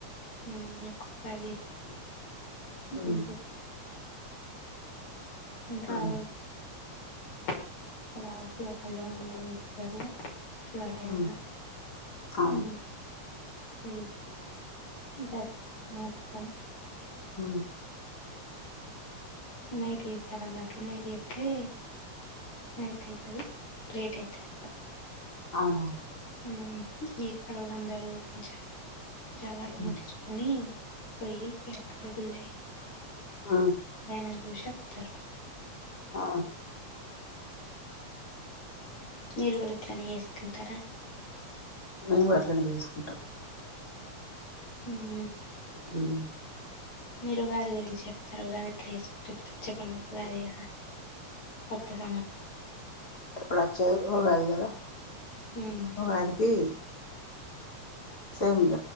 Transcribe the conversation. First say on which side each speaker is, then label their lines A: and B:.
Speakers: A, on the left; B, on the left.
A: మ్ ఒక్కొక్కసారి చెత్తం
B: ఉమ్,
A: ఇంకా
B: ఉమ్,
A: <inaudible> అక్కడ శివ కళ్యాణం జెస్తారు శివాలయంలో
B: ఉమ్, అవును
A: మ్ <inaudible> దర్మ ఆర్థం
B: ఆ
A: నైట్ జెత్తరు అన్నట్టు నైట్ జేత్తే నైట్ అయితది. లేట్ అయితది
B: అవునా
A: మ్ ఊరందరు జ జాగారం
B: ఉమ్,
A: ముట్టిచ్చుకుని పోయి ఏకాగున్నాయి
B: ఆ
A: ననుషత్తర్
B: అ
A: మీరు గూడా ఇట్లనే చెసుకుంటారా
B: మేము అట్లనే చేసుకుంటాం
A: మ్మ్
B: మ్
A: మీరు ఉగాది గురించి చెప్తార ఉగాది ఎట్లా చెసుకుంటరు ఇప్పుడు చెప్పండి ఉగాదె గదా కొత్త దేమో
B: ఇప్పుడొచ్చేది ఉగాదె గదా
A: మ్మ్.
B: ఉగాదికి సేమ్ ఇగ